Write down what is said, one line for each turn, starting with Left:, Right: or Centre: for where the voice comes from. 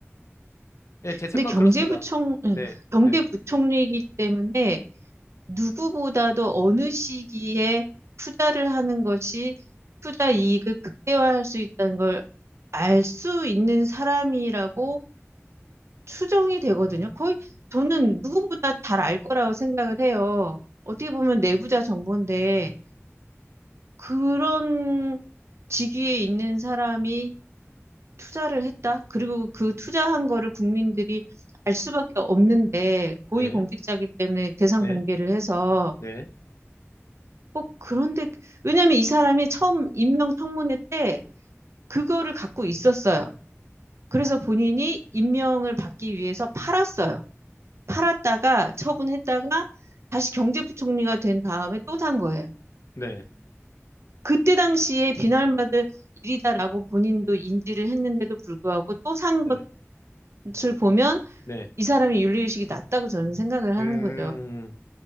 Left: 예, 제 생각은
Right: 근데 경제부총,
Left: 그렇습니다.
Right: 예,
Left: 네,
Right: 경제부총리이기
Left: 네,
Right: 때문에 누구보다도 어느 시기에 투자를 하는 것이 투자 이익을 극대화할 수 있다는 걸 알 수 있는 사람이라고 추정이 되거든요. 거의 저는 누구보다 잘 알 거라고 생각을 해요. 어떻게 보면 내부자 정보인데 그런 직위에 있는 사람이 투자를 했다. 그리고 그 투자한 거를 국민들이 알 수밖에 없는데 고위공직자이기
Left: 네,
Right: 때문에 대상
Left: 네,
Right: 공개를 해서
Left: 네,
Right: 꼭 그런데 왜냐면 하이 사람이 처음 임명 청문회 때 그거를 갖고 있었어요. 그래서 본인이 임명을 받기 위해서 팔았어요. 팔았다가 처분했다가 다시 경제부총리가 된 다음에 또 산 거예요.
Left: 네,
Right: 그때 당시에 비난받을 일이다라고 본인도 인지를 했는데도 불구하고 또 산
Left: 네,
Right: 것을 보면
Left: 네.
Right: 이 사람의 윤리의식이 낮다고 저는 생각을 하는
Left: 음.
Right: 거죠.